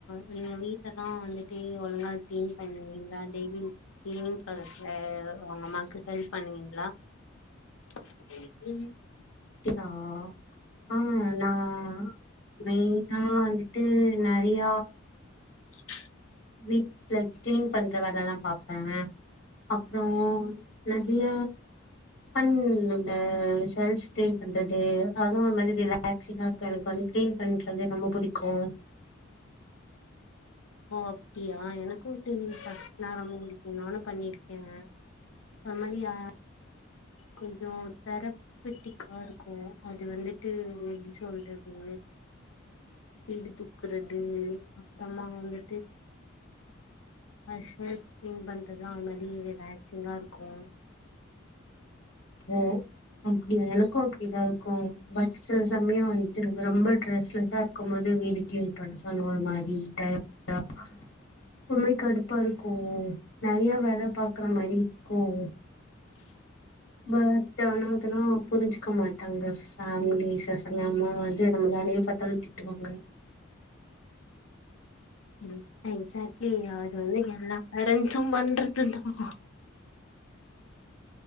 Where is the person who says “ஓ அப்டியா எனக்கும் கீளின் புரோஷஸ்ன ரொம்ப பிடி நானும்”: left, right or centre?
Left